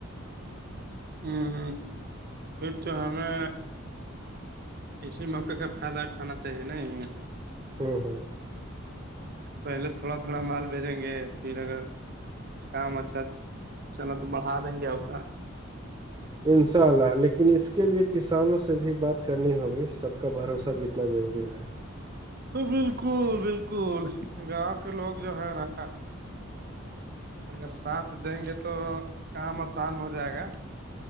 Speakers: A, on the right; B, on the right.
A: ہوں پھر تو ہمیں اسی موکے کا فائدہ اٹھانا چاہیے نا یہ
B: ہوں ہوں
A: پہلے تھوڑا تھوڑا مال بھیجیں گے پھر اگر کام اچھا چلو تو بڑھا دیں گے ا کا
B: انشاء اللہ لیکن اس کے لیے کسانوں سے بھی بات کرنی ہوگی سب کا بھروسہ جتنا ضروری ہے
A: بالکل بالکل گاؤں کے لوگ جو ہے نا اگر ساتھ دیں گے تو کام آسان ہو جائے گا